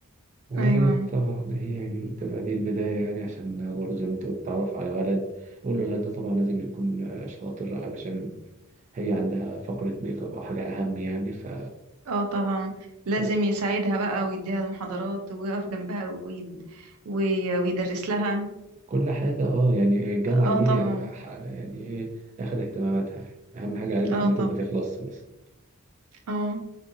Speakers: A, on the right (about 35°); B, on the right (about 80°).
A: وطبعا
B: ايوه
A: هي يعني بتبقى دي البداية يعني عشان برضه زي ما انت قلت تعرف على ولد والولد ده طبعا لازم يكون شاطر علشان هي عندها فقرة ميك اب أو حاجة أهم يعني ف...
B: اه طبعا
A: ف...
B: لازم يساعدها بقى ويديها المحاضرات ويقف جنبها ويد... وي... ويدرس لها
A: كل حاجة اه يعني الجامعة
B: اه
A: دي
B: طبعا
A: ح- يعني ايه اخد اهتماماتها يعني. أهم حاجة علبة
B: اه
A: الميك
B: طبعا
A: اب ما تخلص بس
B: اه